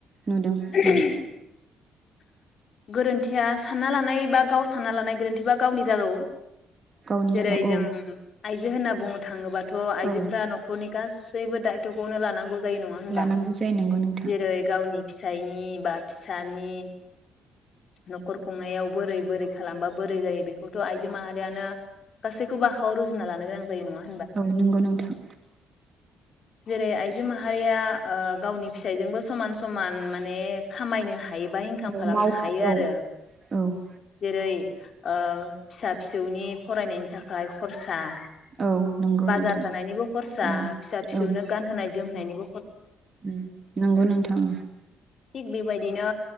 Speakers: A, on the right (about 35°); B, on the left (about 55°).
A: नुदों
B: <unintelligible>
A: औ
B: गोरोन्थिया सानना लानाय बा गाव सानना लानाय गोरोन्थिबा गावनि जागौ।
A: गावनि
B: जेरै
A: जायगायाव
B: जों आइजो होनना बुंनो थाङोबा थ
A: औ
B: आइजोफ्रा
A: औ
B: नखरनि गासैबो दायथखौनो लानांगौ जायो नंङा होनबा
A: लानांगौ जायो नंगौ नोंथां
B: जेरै गावनि फिसाइनि बा फिसानि नखर खुंनायाव बोरै बोरै खालामबा बोरै जायो बेखौथ आइजो माहारियानो गासैखौ आखाव रुज जुनना लानो गोनां जायो नंङा
A: औ नंगौ नोंथां
B: जेरै आइजो माहारिया ओ गावनि फिसायजोंबो समान समान माने खामायनो हा हायोबा इनकाम
A: औ
B: खालामनो
A: माव
B: हायो आरो
A: औ औ
B: जेरै ओ फिसा फिसौनि फरायनायनि थाखाय खरसा <unintelligible>
A: औ नंगौ
B: बाजार
A: नोंथां
B: जानायनिबो खरसा
A: उम
B: फिसा फिसौनो
A: औ
B: गान होनाय। जोमनायनिब
A: उम नंगौ नोंथां।
B: थिग बेबायदिनो